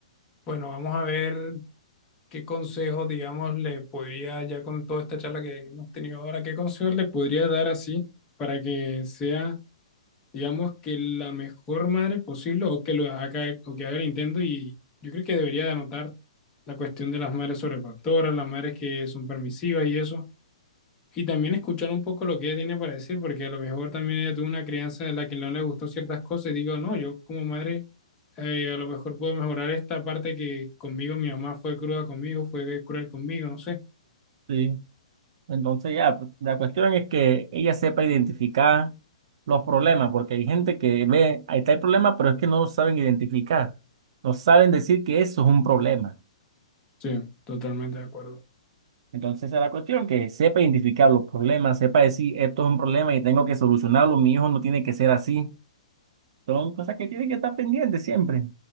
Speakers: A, on the left (about 20°); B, on the right (about 55°).
A: bueno, vamos a ver qué consejos, digamos, le podría, ya con toda esta charla que hemos tenido ahora, qué consejos le podría dar así para que sea digamos que la mejor madre posible o que lo haga o que haga el intento y yo creo que debería de anotar la cuestión de las madres sobrefactoras, las madres que son permisivas y eso, y también escuchar un poco lo que ella tiene para decir, porque a lo mejor también ella tuvo una crianza de la que no le gustó ciertas cosas y digo, no, yo como madre eh, a lo mejor puedo mejorar esta parte que conmigo mi mamá fue cruda conmigo, fue cruel conmigo, no sé.
B: sí. Entonces ya, pues, la cuestión es que ella sepa identificar los problemas, porque hay gente que ve, ahí está el problema, pero es que no lo saben identificar, no saben decir que eso es un problema.
A: Sí, totalmente de acuerdo.
B: Entonces esa es la cuestión, que sepa identificar los problemas, sepa decir, esto es un problema y tengo que solucionarlo, mi hijo no tiene que ser así. Son cosas que tienen que estar pendientes siempre.